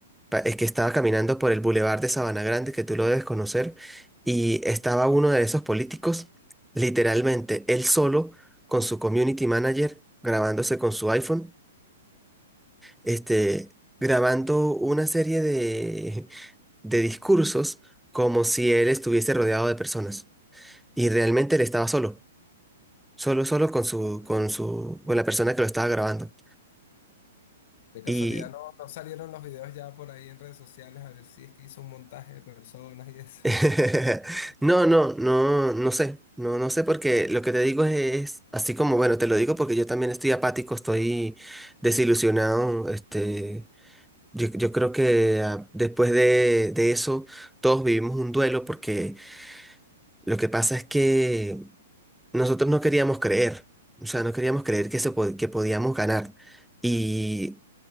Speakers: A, in the centre; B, on the left.
A: pa- es que estaba caminando por el Boulevard de Sabana Grande, que tú lo debes conocer, y estaba uno de esos políticos, literalmente él solo, con su community manager, grabándose con su iPhone, este, grabando una serie de, de discursos como si él estuviese rodeado de personas. Y realmente él estaba solo. Solo, solo con su, con su, con la persona que lo estaba grabando.
B: De casualidad
A: Y
B: no, no salieron los videos ya por ahí en redes sociales a ver si es que hizo un montaje de personas y eso.
A: <laughs> no, no, no, no sé. No, no sé porque lo que te digo es, así como, bueno, te lo digo porque yo también estoy apático, estoy desilusionado. Este, yo, yo creo que ah, después de, de eso todos vivimos un duelo porque lo que pasa es que nosotros no queríamos creer. O sea, no queríamos creer que, se pod- que podíamos ganar. Y